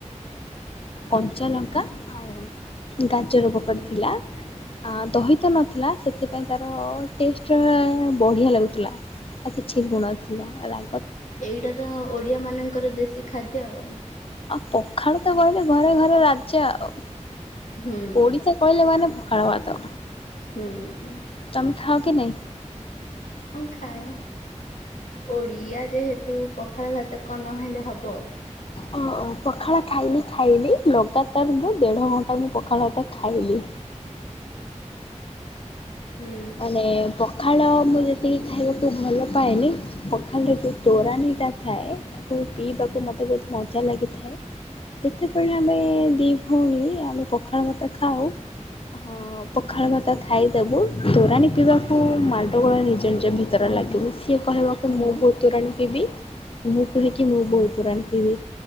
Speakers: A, on the left (about 45°); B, on the left (about 80°).
A: କଞ୍ଚାଲଙ୍କା ଆଉ ଗାଜର ପକାରଥିଲା
B: ହୁଁ
A: ଆ ଦହିତ ନଥିଲା ସେଥିପାଇଁ ତାର ଟେଷ୍ଟ ବଢ଼ିଆ ଲାଗୁଥିଲା ଆଉ କିଛି ଲୁଣଥିଲା ରା
B: ଏଇଟା ତ ଓଡିଆ ମାନଙ୍କର ଦେଶୀ ଖାଦ୍ୟ ଆଉ
A: ଆଉ ପଖାଳ ତ କହିଲେ ଘରେ ଘରେ ରାଜା ଆଉ
B: ହୁଁ
A: ଓଡିଶା କହିଲେ ମାନେ ପଖାଳ ଭାତ
B: ହୁଁ ହଁ
A: ତମେ ଖାଅ କି ନାଇଁ?
B: ଖାଏ ଓଡ଼ିଆ ଯେହେତୁ ପଖାଳ ଭାତକ ନ ହେଲେ ହବ
A: ଅ ପଖାଳ ଖାଇଲି ଖାଇଲି ଲଗାତାର ମୁଁ ଦେଢ ଘଣ୍ଟା ମୁଁ ପଖାଳଟା ଖାଇଲି
B: ହୁଁ
A: ମାନେ ପଖାଳ ମୁଁ ଯେତିକି ଖାଇବାକୁ ଭଲ ପାଏନି ପଖାଲ ର ଯୋଉ ତୋରାଣୀ ଟା ଥାଏ ତାକୁ ପିଇବାକୁ ମତେ ବହୁତ ମଜା ଲାଗିଥାଏ ଯେତେବେଳେ ଆମେ ଦିଇ ଭଉଣୀ ଆମେ ପଖାଳ ଭାତ ଖାଉ ହଁ ପଖାଳ ଭାତ ଖାଇଦବୁ ତୋରାଣି ପିଇବାକୁ ମାଡଗୋଳ ନିଜ ନିଜ ଭିତରେ ଲାଗିବ ସିଏ କହିବାକୁ
B: ହୁଁ
A: ମୁଁ ବହୁତ ତୋରାଣି ପିଇବି ମୁଁ କୁହେକି ମୁଁ ବହୁତ ତୋରାଣି ପିଇବି